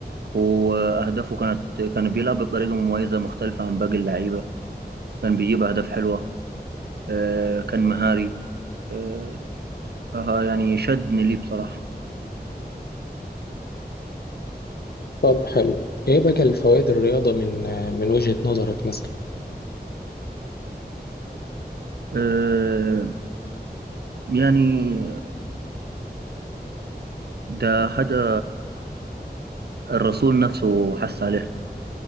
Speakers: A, on the right (about 75°); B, on the left (about 70°).
A: وأهدافه كانت كان بيلعب بطريقة مميزة مختلفة عن باقي اللعيبة كان بيجيب أهداف حلوة آه، كان مهاري آه، فها يعني شدني ليه بصراحة
B: طب حلو ايه بقى الفوائد الرياضة من آه، من وجهة نظرك مثلا؟
A: آه، يعني ده حاجة الرسول نفسه حس عليها